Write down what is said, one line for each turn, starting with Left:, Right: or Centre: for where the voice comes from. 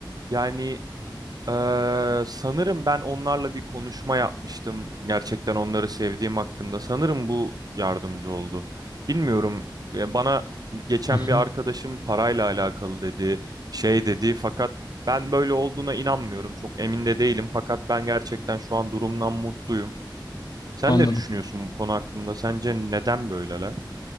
Right: Yani ee, sanırım ben onlarla bir konuşma yapmıştım. Gerçekten onları sevdiğim hakkında. Sanırım bu yardımcı oldu. Bilmiyorum. e, Bana geçen
Left: Hı
Right: bir
Left: hı,
Right: arkadaşım parayla alakalı dedi, şey dedi. Fakat ben böyle olduğuna inanmıyorum. Çok emin de değilim. Fakat ben gerçekten şu an durumdan mutluyum. Sen
Left: anladım.
Right: ne düşünüyorsun bu konu hakkında? Sence neden böyleler?